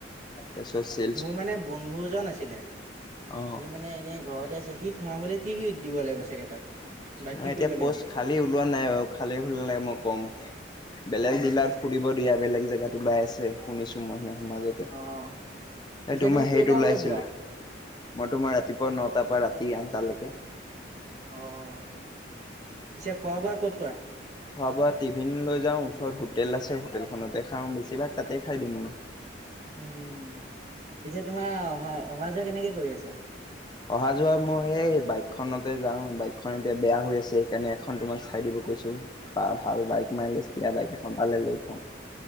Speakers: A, on the left; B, on the right.
A: ত চত চে
B: মোৰ মানে বন্ধু এজন আছিলে। সি
A: অ
B: মানে এনেই ঘৰতে আছে সি সোমাবলৈ কি কি দিব লাগিব চাগে তাত বা
A: তোমাৰ
B: কি
A: এতিয়া
B: কৰিব লাগিব?
A: পষ্ট খালী ওলোৱা নাই বাৰু খালী হলে মই কম বেলেগ
B: অ',
A: দিলাত
B: পিছে
A: সুধিব দিয়া বেলেগ জেগাত ওলাই আছে শুনিছো মই সেইদিনা সমাজত তে
B: অ', পিছে
A: এই তোমাৰ
B: তুমি কেইটা
A: হেইত ওলাইছিলে
B: বজাত যোৱা?
A: মই তোমাৰ ৰাতিপুৱা ন-টাৰ পৰা ৰাতি আঠ-টালৈকে
B: অ পিছে খোৱা-বোৱা ক'ত কৰা
A: খোৱা-বোৱা টিফিন লৈ যাওঁ ওচৰত হোটেল আছে হোটেলখনতে খাওঁ বেছিভাগ তাতে খাই দিও মই
B: উম পিছে তোমাৰ অহা অহা-যোৱা কেনেকে কৰি আছা
A: অহা-যোৱা মই এই বাইকখনতে যাওঁ বাইকখন এতিয়া বেয়া হৈ আছে সেইকাৰণে এখন তোমাক চাই দিব কৈছোঁ বা ভাল বাইক মাইলেজ দিয়া বাইক এখন পালে লৈ থম